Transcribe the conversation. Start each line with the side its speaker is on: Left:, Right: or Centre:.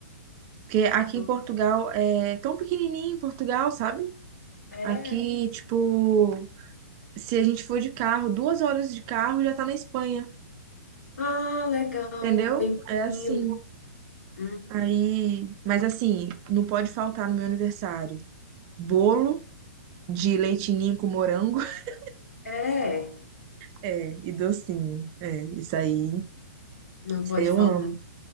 Right: Porque aqui
Left: Ai, não.
Right: em Portugal é tão pequenininho em Portugal, sabe?
Left: É.
Right: Aqui, tipo, se a gente for de carro, duas horas de carro já tá na Espanha,
Left: Ah, legal.
Right: entendeu?
Left: Bem pouquinho,
Right: É assim.
Left: né? Uhum.
Right: Aí, mas assim, não pode faltar no meu aniversário. Bolo de leite ninho com morango. <laughs>
Left: É.
Right: É, e docinho. É, isso aí,
Left: Não
Right: isso
Left: pode
Right: aí eu
Left: faltar.
Right: amo.